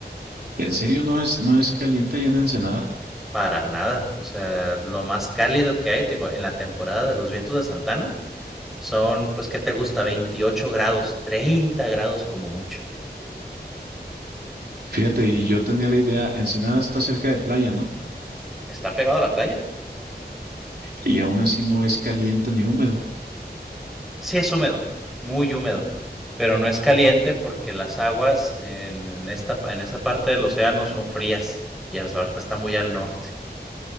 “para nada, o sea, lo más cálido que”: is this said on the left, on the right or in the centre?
Centre